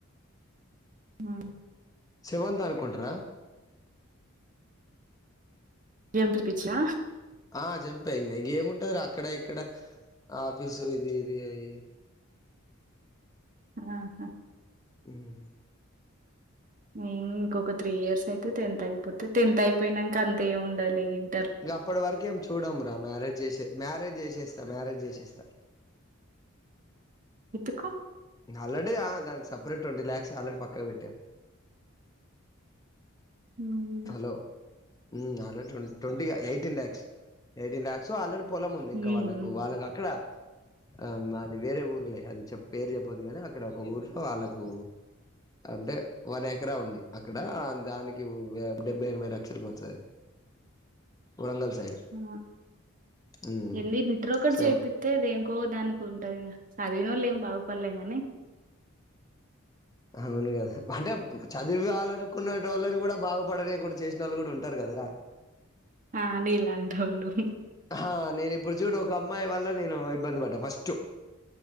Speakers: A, on the right; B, on the left.
A: ఆ
B: సెవంత్ అనుకుంట్రా
A: ఏం పిరిపించా
B: ఆ జంపింగ్ ఇంక ఏముంటారు అక్కడ ఇక్కడ ఆఫీసు ఇది ఇది అయి
A: ఆహా
B: ఉమ్
A: మేమ్ ఇంకొక త్రీ ఇయర్స్ అయితే టెన్త్ అయిపోతే టెన్త్ అయిపోయినంక అంత ఏం ఉండదులే ఇగ ఇం
B: ఇంగా అప్పటి వరకేం చూడంరా మ్యారేజ్ చేసే మ్యారేజ్ జేసేస్తా మ్యారేజ్ జేసేస్తా
A: ఎత్తుకో
B: ఆల్రెడీ ఆ దానికి సపరేట్ ట్వంటీ ల్యాక్స్ ఆల్రెడీ పక్కకి పెట్టాం
A: హ్మ్.
B: హలో ఉమ్ already twenty eighteen lakhs eighteen lakhs already పొలం ఉంది
A: హ్మ్.
B: ఇంకా వాళ్ళకు
A: హ్మ్.
B: వాళ్ళకి అక్కడ ఆ మాది వేరే ఊర్లే అది చె పేరు చెప్పదు కాని అక్కడ ఒక ఊర్లో వాళ్ళకు అంటే వన్ ఎకరా ఉంది అక్కడ దాని డెబ్బై ఎనభై లక్షలు పోతది అది వరంగల్ సైడ్
A: ఆ
B: ఉమ్
A: ఏంది ఇంటర్ ఒకటి
B: సో
A: జేపిస్తే దేనికోదానికి ఉంటది గా చదివినోళ్ళు ఏం బాగుపడలే గానీ
B: అవును గదా అంటే చదివివ్వాలని కునే టోళ్ళని గూడా బాగుపడనీయ కుండా చేసినోళ్ళు గూడా ఉంటరు గదరా
A: ఆ నీలాంటోళ్ళు
B: ఆ నేను ఇప్పుడు చూడు ఒక అమ్మాయి వల్ల నేను ఇబ్బంది పడ్డా ఫస్ట్